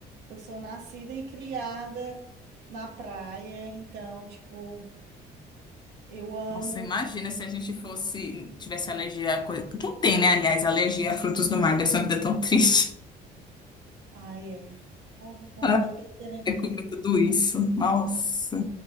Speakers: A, on the right; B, on the left.
A: Eu sou nascida e criada na praia. Então, tipo, eu amo.
B: Nossa, imagina se a gente fosse, tivesse alergia a coisa. Quem tem, né, aliás, alergia a frutos do mar? Deve ser uma vida tão triste.
A: Ai, é.
B: <laughs>
A: Eu tô querendo.
B: Ai, comer tudo isso. Nossa.